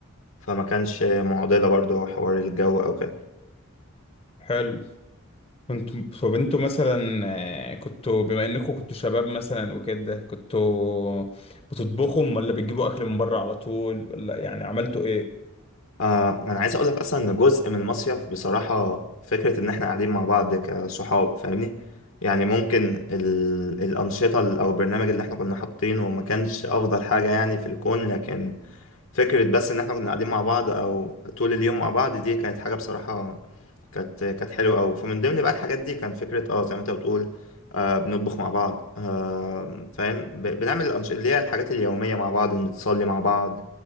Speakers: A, on the left; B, on the left.
A: فما كانش معضله برضو حوار الجو او كده
B: حلو كنت فبنتوا مثلا آه، كنتوا بما انكم كنتوا شباب مثلا وكده كنتوا بتطبخهم ولا بتجيبوا اكل من بره على طول ولا يعني عملتوا ايه
A: آه انا عايز اقول لك اصلا ان جزء من المصيف بصراحه فكره ان احنا قاعدين مع بعض كصحاب فاهمني يعني ممكن ال... الانشطه ال- او البرنامج اللي احنا كنا حاطينه ما كانش افضل حاجه يعني في الكون لكن فكرة بس إن إحنا كنا قاعدين مع بعض أو طول اليوم مع بعض دي كانت حاجة بصراحة كانت كانت حلوة أوي فمن ضمن بقى الحاجات دي كان فكرة أه زي ما أنت بتقول آه بنطبخ مع بعض آه فاهم ب- بنعمل الأنشطة اللي هي الحاجات اليومية مع بعض نتصلي مع بعض